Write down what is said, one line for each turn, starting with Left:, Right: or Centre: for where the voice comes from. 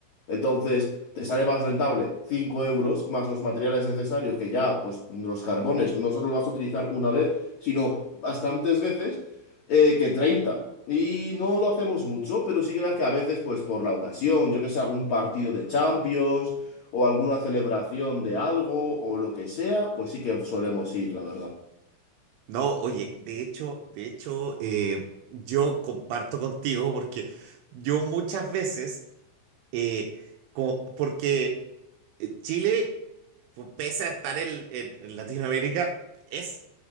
Left: Entonces, te sale más rentable 5 euros más los materiales necesarios, que ya, pues los carbones no solo los vas a utilizar una vez, sino bastantes veces, eh, que treinta Y no lo hacemos mucho, pero sí que ves que a veces, pues por la ocasión, yo que sé, algún partido de Champions o alguna celebración de algo o lo que sea, pues sí que solemos ir, la verdad.
Right: No, oye, de hecho, de hecho, eh, yo comparto contigo porque yo muchas veces, eh, co- porque eh, Chile, pues, pese a estar en en- en Latinoamérica, es